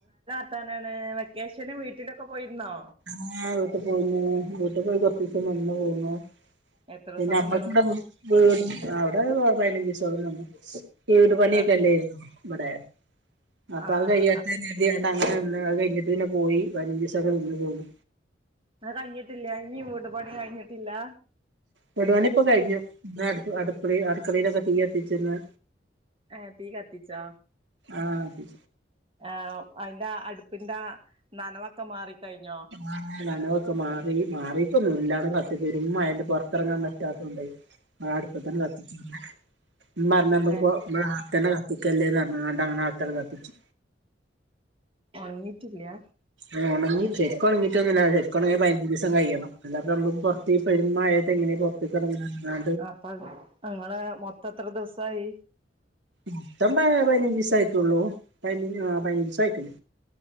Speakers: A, on the right (about 30°); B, on the right (about 80°).
A: ത്താനാണ് വെക്കേഷന് വീട്ടിലൊക്കെ പോയ്രുന്നോ?
B: ആഹ് വീട്ട് പോയ്ന്നു. വീട്ട് പോയി കൊർച്ചീസം നിന്നു പോന്നു
A: എത്ര ദിവസം
B: പിന്നെ
A: നിന്ന്
B: വീട് അവിടെ ഒരു പയ്നഞ്ചീസോളം നിന്ന് വീടു പണി
A: ആഹ്
B: ഒക്കെ അല്ലായ്രുന്നോ ഇവടെ. അപ്പോ
A: ആഹ്
B: അത് കഴിയട്ടെ എന്ന് കരുതി <unintelligible> അത് കഴിഞ്ഞിട്ട് പിന്നെ പോയി പയ്നഞ്ചീസക്കെ നിന്നു പോന്നു
A: അത് കഴ്ഞ്ഞിട്ടില്ല. ഇനിം വീടുപണി കഴിഞ്ഞിട്ടില്ലാ
B: വീടുപണി ഇപ്പൊ കഴിഞ്ഞു. ന്ന് അടുക്കള അടുക്കളേലൊക്കെ തീ കത്തിച്ച് ന്ന്
A: ഏഹ് തീ കത്തിച്ചാ
B: ആഹ്
A: ആഹ് അയ്ന്റെ അടുപ്പിന്റെ നനവൊക്കെ മാറി ക്കഴിഞ്ഞോ?
B: ആഹ് നനവൊക്കെ മാറി. മാറിട്ടൊന്നും ഇല്ല. <unintelligible> പെരും മഴല്ലേ പൊർത്തെർങ്ങാൻ പറ്റാത്തോണ്ടേ ആഹ് അടുപ്പത്താണ്ട് കത്തിച്ചു. ഇമ്മ ർഞ്ഞ നമ്മക്ക്
A: ഏഹ്
B: പ്പൊ ആത്തെ കത്തിക്കല്ലേന്നർഞ്ഞ്‌ക്കാണ്ട് അങ്ങനെ ആത്തടെ കത്തിച്ചു.
A: ഒൺങ്ങിയിട്ടില്ല.
B: ആഹ് ഒണങ്ങി ശര്ക്കു ഒണങ്ങിട്ടൊന്നുല്ല. ശരിക്കും ഒണങ്ങ പയ്നഞ്ചീസം കഴിയണം അല്ലാപ്പ നമ്മക്ക് പൊ ർത്തി ഈ പെരുമഴയത്തെങ്ങെനെ പൊർത്ത്ക്കെർങ്ങാ
A: അപ്പ ങ്ങളെ മൊത്തം എത്ര ദിവസായി
B: മൊത്തം പയ്നഞ്ചീസ ആയിട്ടുള്ളൂ. പയ്നഞ് പയ്നഞ്ചീസം ആയിട്ട്ള്ളൂ